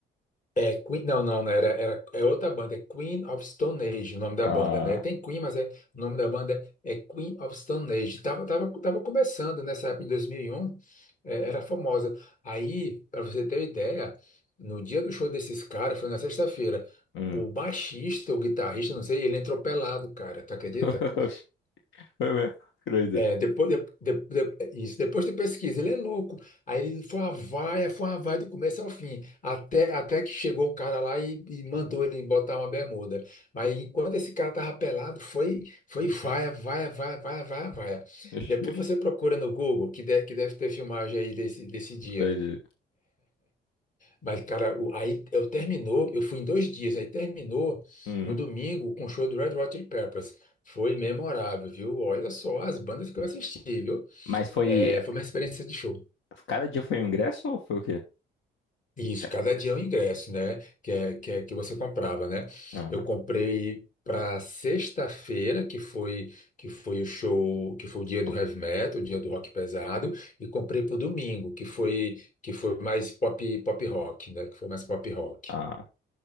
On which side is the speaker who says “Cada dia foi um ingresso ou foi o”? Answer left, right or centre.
Left